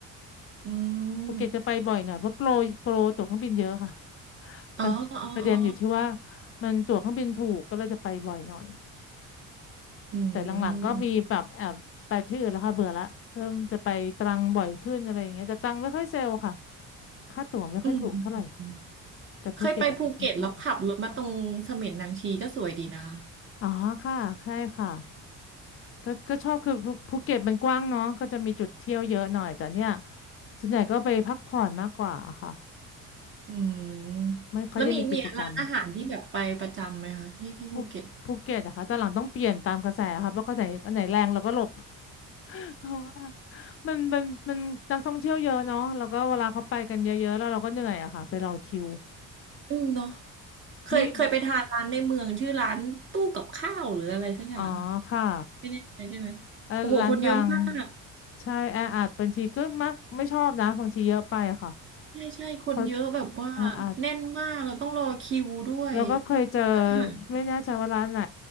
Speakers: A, on the right; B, on the left.
A: อืม
B: ภูเก็ตจะไปบ่อยหน่อยเพราะโปรโปรตั๋วเครื่องบินเยอะค่ะ <laughs>
A: อ๋ออ๋ออ๋อ
B: ปะประเด็นอยู่ที่ว่ามันตั๋วเครื่องบินถูกก็เลยจะไปบ่อยหน่อย
A: อื
B: แต่หลังๆก็มีแบบแอบไปที่อื่นแล้วค่ะเบื่อละเริ่มจะไปตรังบ่อยขึ้นอะไรอย่างเงี้ยแต่ตรังไม่ค่อยเซลล์ค่ะ
A: ม
B: ค่าตั๋วไม่ค่อยถูกเท่าไหร่
A: อืมอืมอืม
B: แต่ภูเก็ตอยากไปเี่ยบ่อย
A: เคยไปภูเก็ตแล้วขับรถมาตรงเสม็ดนางชีก็สวยดีนะคะ
B: อ๋อค่ะใช่ค่ะก็ก็ชอบคือภูภูเก็ตมันกว้างเนาะก็จะมีจุดเที่ยวเยอะหน่อยแต่เนี่ยส่วนใหญ่ก็ไปพักผ่อนมากกว่าค่ะ
A: อืม
B: ไม่ค่อยได้มีกิจกรรม
A: แล้วมีมีร้านอาหารที่แบบไปประจำไหมคะที่ที่ภูเก็ต
B: ภูภูเก็ตอะค่ะตอนหลังต้องเปลี่ยนตามกระแสค่ะเพราะก็ไหนอันไหนแรงเราก็หลบ <laughs> เพราะว่ามันมันมันนักท่องเที่ยวเยอะเนาะแล้วก็เวลาเขาไปกันเยอะๆแล้วเราก็เหนื่อยอะค่ะไปรอคิว
A: อืมเนาะเคยเคยไปทานร้านในเมืองชื่อร้านตู้กับข้าวหรืออะไรสักอย่างอะ
B: นี่อ๋อค่ะ
A: ไม่แน่ใจใช่ไหม
B: เอ่อร้านดัง
A: โอ้โหคนเยอะมาก
B: ใช่แออัดบางทีก็มักไม่ชอบนะบางทีเยอะไปอะค่ะ
A: ใช่ใช่คนเยอะแบบว่าแน่นมากเราต้องรอคิวด้วย
B: เขาแออัด เราก็เคยเจอ
A: อาหาร
B: ไม่แน่ใจว่าร้านไหน